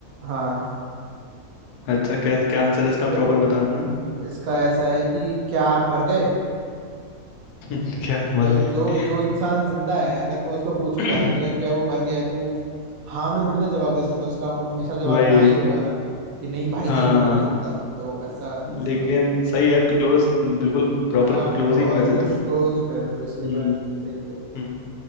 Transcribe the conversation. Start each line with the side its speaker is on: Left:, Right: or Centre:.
Right: हाँ
Left: अच्छा क्या क्या आंसर है इसका
Right: बट
Left: प्रॉपर बताना
Right: इसका ऐसा है कि क्या आप मर गए
Left: <laughs> क्या आप मर
Right: तो
Left: गए
Right: जो जो इंसान जिंदा है अगर मैं उसको पूछूंगा
Left: <clears throat>
Right: कि क्या क्या वो मर गया है तो वो हाँ में थोड़ी ना जवाब दे सकता है उसका हमेशा जवाब
Left: वही
Right: ना ही होगा ना कि नहीं भाई
Left: हाँ
Right: नहीं मरा हूँ जिंदा हूँ तो ऐसा सवाल
Left: लेकिन
Right: था
Left: सही है क्लोज बिल्कुल प्रॉपर
Right: हाँ मतलब
Left: क्लोज
Right: ऑलमोस्ट
Left: ही हूँ वैसे तो
Right: क्लोज ही थे तो इसलिए
Left: हम्म
Right: मैं सही हूँ
Left: हम्म,